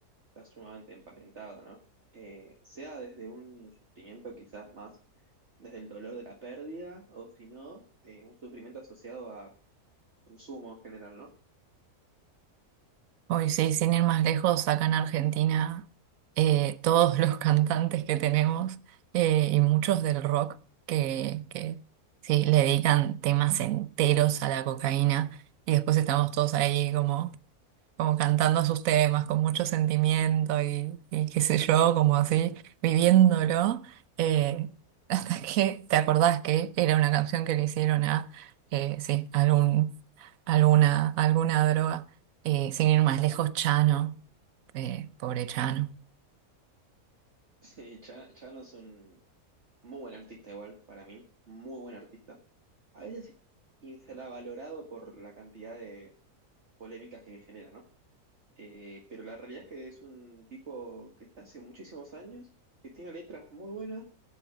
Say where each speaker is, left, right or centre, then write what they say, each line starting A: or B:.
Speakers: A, on the right; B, on the right.
A: está sumamente emparentado, ¿no? Eh, sea desde un sufrimiento quizás más desde el dolor de la pérdida o si no, eh, un sufrimiento asociado a consumo en general, ¿no? <laughs>
B: Hoy sí, sin ir más lejos, acá en Argentina, eh, todos los <laughs> cantantes que tenemos eh, y muchos del rock que, que sí, le dedican temas enteros a la cocaína y después estamos todos ahí como como cantando sus temas con mucho sentimiento y, y qué sé yo, como así, viviéndolo, eh, <laughs> hasta que te acordás que era una canción que le hicieron a, eh, sí, algún, alguna, alguna droga, Eh, sin ir más lejos, Chano, eh, pobre Chano.
A: Sí, ya, ya no es un, Muy buen artista igual, para mí, muy buen artista. A veces infravalorado por la cantidad de polémicas que genera, ¿no? Eh, pero la realidad es que es un tipo que está hace muchísimos años, que tiene letras muy buenas,